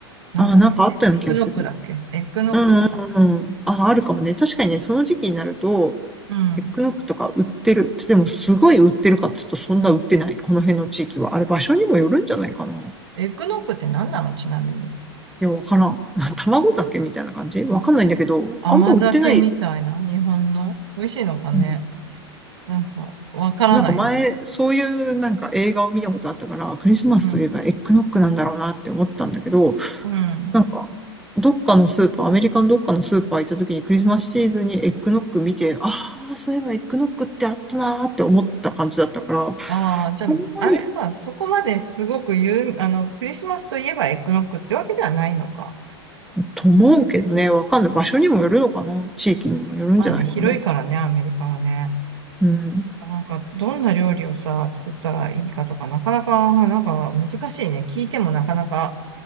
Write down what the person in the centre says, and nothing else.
ああ、なんかあったような気がする。うんうんうん。ああ、るかもね。確かにね、その時期になると、
エッグノックとか売ってる。でも、すごい売ってるかっつうと、そんな売ってない。この辺の地域は。あれ、場所にもよるんじゃないかな。い
や、わからん。<laughs> 卵酒みたいな感じわかんないんだけど、
あんま売ってないよ。
うん。
なんか前、そういうなんか映画を見たことあったから、クリスマスといえばエッグノックなんだろうなって思ったんだけど、
なんか、どっかのスーパー、アメリカのどっかのスーパー行った時にクリスマスシーズンにエッグノッグ見て、ああ、そういえばエッグノッグってあったなーって思った感じだったから、あん
まり、
と思うけどね、わかんない。場所にもよるのかな地域にもよるんじゃないかな。
うん。